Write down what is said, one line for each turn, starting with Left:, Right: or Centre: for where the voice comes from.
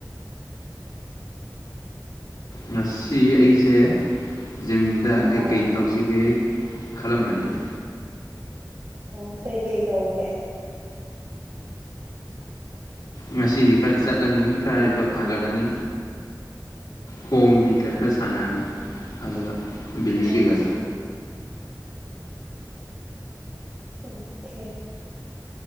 Left: ꯉꯁꯤ ꯑꯩꯁꯦ ꯖꯤꯝꯗ ꯀꯩꯀꯩ
Right: ꯑꯥ
Left: ꯇꯧꯁꯤꯒꯦ ꯈꯜꯂꯝꯕꯅꯤꯅ
Right: ꯑꯣ ꯀꯩꯀꯩ ꯇꯧꯒꯦ
Left: ꯉꯁꯤꯗꯤ ꯈꯔ ꯆꯠꯂꯅꯤ ꯈꯔ ꯌꯣꯠ ꯊꯥꯡꯒꯠꯂꯅꯤ ꯈꯣꯡꯗꯤ ꯈꯔ ꯈꯔ ꯁꯥꯟꯅꯔꯅꯤ ꯑꯗꯨꯒꯗ ꯕꯤꯂꯤꯒꯩꯒ
Right: ꯑꯣ ꯑꯣꯀꯦ